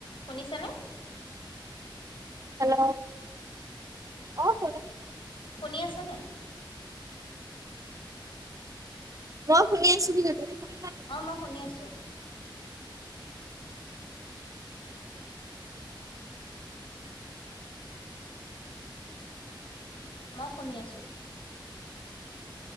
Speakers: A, on the left; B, on the right.
A: শুনিছ নে?
B: হেল্ল' অ'
A: শুনি আছেনে?
B: হা মই শুনি আছো সিহ শুনি
A: অ' মই শুনি আছো। মই শুনি আছো।